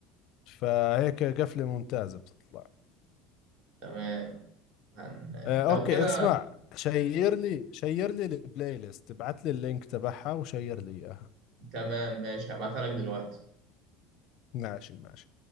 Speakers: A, on the left; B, on the right.
A: فهيك قفلة ممتازة بتطلع
B: تمام هن...
A: آه،
B: لو
A: اوكي
B: كده
A: اسمع شير لي شير لي البلاي ليست ابعت لي اللينك تبعها وشير لي اياها
B: تمام ماشي هبعتها لك دلوقتي
A: ماشي ماشي